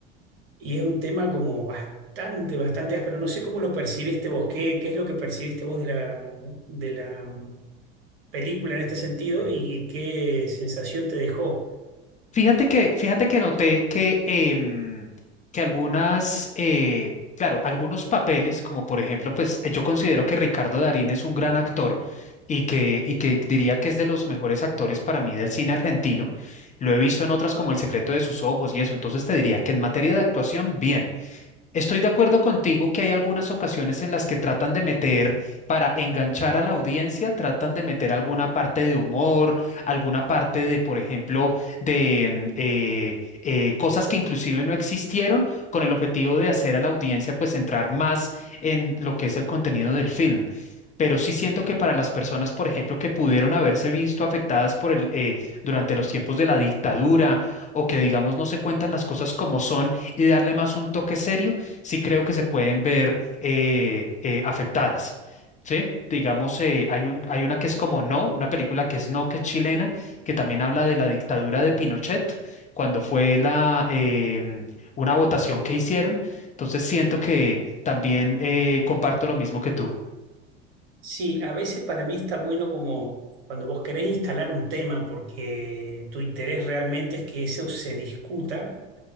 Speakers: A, on the right; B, on the left.
A: Y es un tema como bastante, bastante áspero. No sé cómo lo percibiste vos, qué, qué es lo que percibiste vos de la, de la mm, película en este sentido y qué sensación te dejó.
B: Fíjate que, fíjate que noté que, em, que algunas, eh, claro, algunos papeles, como por ejemplo, pues yo considero que Ricardo Darín es un gran actor y que, y que diría que es de los mejores actores para mí del cine argentino. Lo he visto en otras como El secreto de sus ojos y eso, entonces te diría que en materia de actuación, bien. Estoy de acuerdo contigo que hay algunas ocasiones en las que tratan de meter, para enganchar a la audiencia, tratan de meter alguna parte de humor, alguna parte de, por ejemplo, de mm, eh, eh, cosas que inclusive no existieron, con el objetivo de hacer a la audiencia pues entrar más en lo que es el contenido del film. Pero sí siento que para las personas, por ejemplo, que pudieron haberse visto afectadas por el, eh, durante los tiempos de la dictadura o que, digamos, no se cuentan las cosas como son y darle más un toque serio, sí creo que se pueden ver eh, eh, afectadas, ¿sí? Digamos, eh, hay un, hay una que es como No, una película que es No, que es chilena, que también habla de la dictadura de Pinochet, cuando fue la, em, una votación que hicieron. Entonces siento que también eh, comparto lo mismo que tú.
A: Sí, a veces para mí está bueno como cuando vos querés instalar un tema porque tu interés realmente es que eso se discuta,